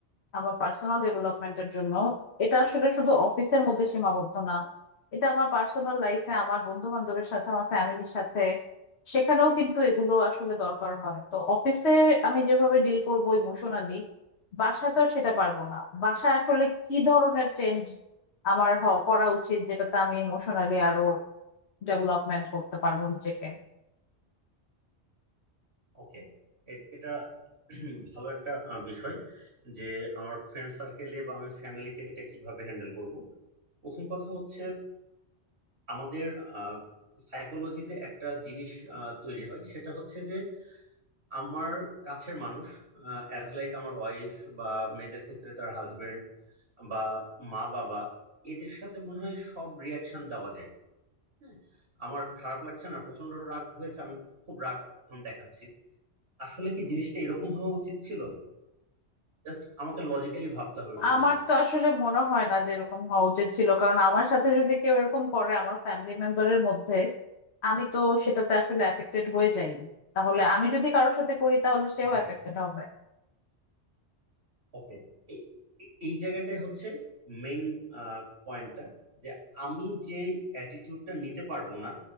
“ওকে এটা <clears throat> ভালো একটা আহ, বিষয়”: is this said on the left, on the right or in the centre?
Right